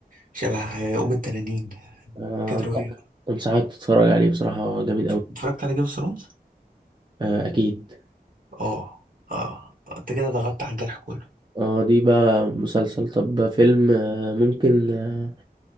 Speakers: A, on the right (about 55°); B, on the right (about 30°).
A: شبه آه، ام التنانين
B: آه،
A: كانت
B: انصحك
A: روايه
B: أنصحك تتفرج عليه بصراحة جميل قوي
A: اتفرجت على جيم اوف ثرونز
B: آه، اكيد
A: اه اه آه، انت كده ضغطت على الجرح كله
B: اه دي بقى مسلسل طب فيلم آه، ممكن آه،